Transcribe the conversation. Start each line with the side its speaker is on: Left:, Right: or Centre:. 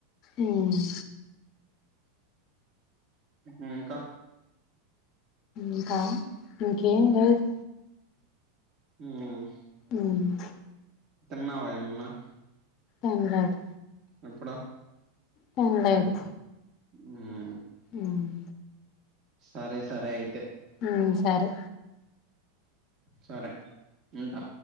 Left: ఉమ్
Right: ఉమ్ ఇంకా
Left: ఇంకా ఇంకేం లేదు
Right: ఉమ్
Left: ఉమ్
Right: తిన్నావ ఏమన్నా?
Left: ఏం కాదు
Right: ఎప్పుడు
Left: తిన్లేదు
Right: ఉమ్
Left: ఊమ్
Right: సరే సరే అయితే
Left: ఉమ్ సరే
Right: సరే ఉంటా